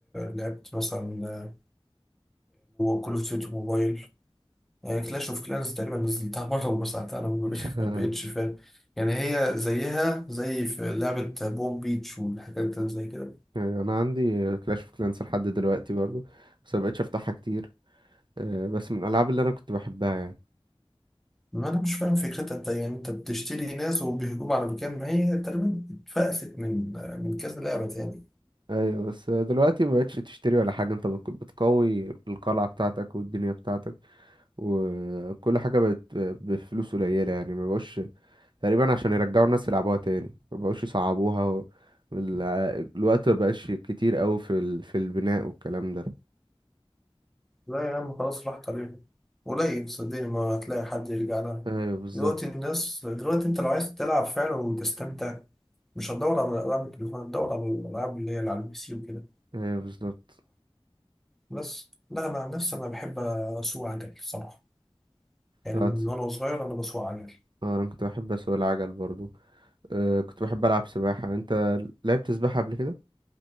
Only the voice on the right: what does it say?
<laughs>
أيوة، انا عندي كلاش اوف كلانس لحد دلوقتي برضه بس مبقتش افتحها كتير آه، بس من الالعاب اللي انا كنت بحبها يعني
ايوه بس دلوقتي ما بقتش تشتري ولا حاجه انت بتك- بتقوي القلعه بتاعتك والدنيا بتاعتك وكل حاجه بقت ب- بفلوس قليله يعني ما بقوش تقريبا عشان يرجعوا الناس يلعبوها تاني ما بقوش يصعبوها و... وال- الوقت ما بقاش كتير قوي في ال... في البناء والكلام ده
ايوه بالظبط
ايوه بالظبط
اه
تص-
آه، انا كنت بحب اسوق العجل برضو أه كنت بحب العب سباحه انت لعبت سباحه قبل كده